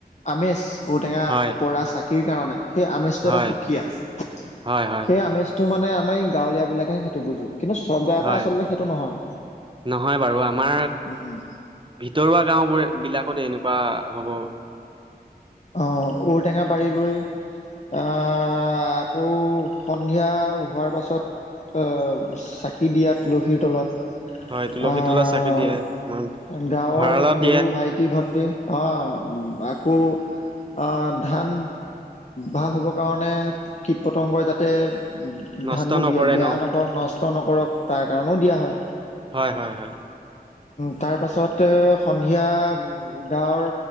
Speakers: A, on the left (about 45°); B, on the right (about 30°).
A: আমেজ, ঔটেঙা
B: হয়
A: পৰা চাকিৰ কাৰণে সেই আমেজটো
B: হয়
A: এটা সুকীয়া আছে
B: হয় হয়
A: সেই আমেজ, টো মানে আমাৰ এই গাঁৱলীয়া বিলাকে সেইটো বুজো। কিন্তু চব গাওঁতে
B: হয়
A: আচলতে সেইটো নহয়,
B: নহয় বাৰু আমাৰ
A: উম
B: ভিতৰুৱা গাওবোৰে বিলাকত এনেকুৱা হ'ব।
A: অ ঔটেঙা পাৰি গৈ আ আকৌ সন্ধিয়া হোৱাৰ পাছত অ চাকি দিয়া তুলসীৰ তলত
B: হয় তুলসী
A: আ
B: তলত চাকি দিয়ে আমাৰ
A: গাঁৱৰ
B: ভঁৰালত
A: সৰু
B: দিয়ে
A: ভাইটি-ভণ্টি অ‌ আকৌ আ ধান ভাল হ'বৰ কাৰণে কীট পতংগই যাতে ধানবোৰ
B: নষ্ট নকৰে
A: বেয়া
B: ন
A: নকৰক নষ্ট নকৰক তাৰ কাৰণেও দিয়া হয়।
B: হয় হয় হয়।
A: তাৰপাছতে সন্ধিয়া গাঁৱৰ